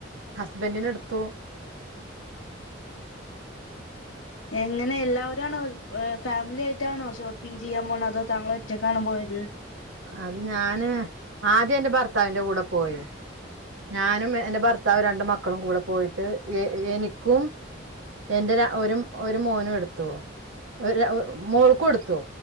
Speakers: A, on the right; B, on the left.
A: ഹസ്ബൻറിനിടുത്തു
B: എങ്ങനെ എല്ലാവരും ആണോ ഏ ഫാമിലി ആയിട്ടാണോ ഷോപ്പിംഗ് ചെയ്യാൻ പോണ അതോ താങ്കളൊറ്റക്കാണോ പോയത്
A: അത് ഞാന് ആദ്യന്റെ ഭർത്താവിന്റെ കൂടെ പോയി ഞാനും എ എന്റെ ഭർത്താവും രണ്ട് മക്കളും കൂടെ പോയിട്ട് എ എനിക്കും എന്റെ ര ഒരു ഒരു മോനും എടുത്തു ഒരു ര ഒ മോൾക്കും എടുത്തു